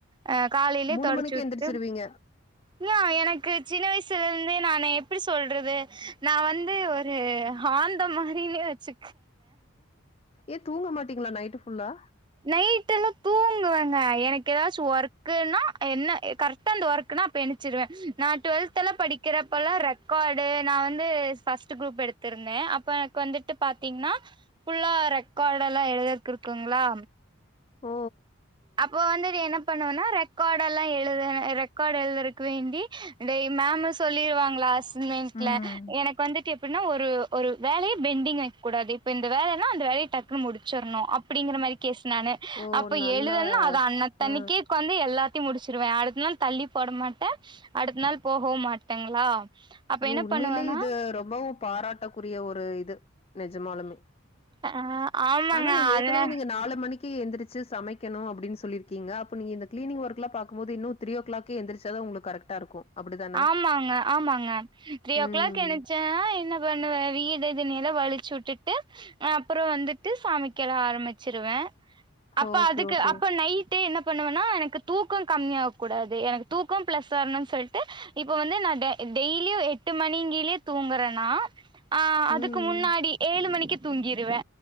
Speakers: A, on the right; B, on the left.
A: அ காலேலே
B: மூணு
A: தொடச்சு
B: மணிக்கு
A: விட்டு
B: எந்திரிச்சிருவீங்க
A: இ எனக்கு சின்ன வயசுல இருந்தே நானு எப்டி சொல்றது நா வந்து ஒரு ஆந்த மாரினே வச்சு
B: ஏ தூங்க மாட்டீங்ளா நைட்டு்ஃப் ஃபுள்ளா
A: நைட் எல்லா தூங்குவேங்க எனக்கு ஏதாச்சு ஒர்க்கன்னா என்ன கரெக்டா அந்த ஒர்க்கன்னா அப்பெண்ச்சிருவே நா டுவெல்த்லா படிக்கிறப்பல்லா ரெக்கார்டு நா வந்து ஃபஸ்ட் குரூப் எடுத்திருந்தே அப்ப எனக்கு வந்துட்டு பாத்தீங்கன்னா ஃபுல்லா ரெக்காடெல்லா எழுதற்க்கு இருக்குங்களா
B: ஓ
A: அப்போ வந்து என்ன பண்ணுவனா ரெக்காடல்லா எழுத ரெக்கார்டு எழுதுறக்கு வேண்டி இந்த மேம் சொல்லிருவாங்களாஸ் இண்மேன்ட்ல
B: ம்
A: எனக்கு வந்து எப்டினா ஒரு ஒரு வேலய பெண்டிங் வக்க கூடாது இப்ப இந்த வேலனா அந்த வேலைய டக்குன்னு முடிச்சிர்ணு அப் அப்டிங்குற மாரி கேஸ் நானு
B: ஓ
A: அப்ப
B: நல்ல
A: எழுதனு ன அது அன்தண்ணிகே
B: ஆ
A: உக்காந்து எல்லாத்து ட்டி முடிச்சிருவே அடுத்த நாள் தள்ளி போட மாட்டே அடுத்த நாள் போகவு மாட்டேங்களா அப்ப
B: யு
A: என்ன
B: உண்மைலே
A: பண்ணுவேன்னா
B: இது ரொம்பவு பாராட்டக்குரிய ஒரு இது நெஜமாலுமே
A: ஆ ஆமாங்க
B: ஆனா நீங்க ஏற்கனவே
A: அது
B: நீங்க நாலு மணிக் கி எந்திரச்சு சமைக்கணு அப்டின்னு சொல்லிருக்கீங்க அப்போ நீங்க இந்த கிளீனிங் ஒர்க்லா பாக்கும் போது ன்னு த்ரீ ஓ கிளாக் ஹே எந்திரிச்சா தா உங்லுக்கு கரெக்டா இருக்கு அப்டிதான
A: ஆமாங்க ஆமாங் ஆ த்ரீ
B: ம்
A: ஓ கிளாக் என்னுசசேனா என்ன பண்ணுவே வீடு தின்னல்லா வழிச் சு விட்டுட்டு அப்புற வந்துட்டு சாமிகெலா ஆரம்மிச்சிருவே அப்ப
B: ஓகே
A: அதுக்கு
B: ஓகே
A: அப்ப நை நைட்டு என்ன பண்ணுவனா எனக்கு தூக்கோ கம்மியாவகூடாது எனக்கு தூக்கோ பிளஸ் வரணும்னு சொல்ட் டு இப்ப வந்து நா டெய்லியு எட்டு மணிங்கய்லயே தூங்குறேனா ஆ அதுக்கு
B: ம்
A: முன்னாடி ஏழு மணிக்கு தூங்கிருவே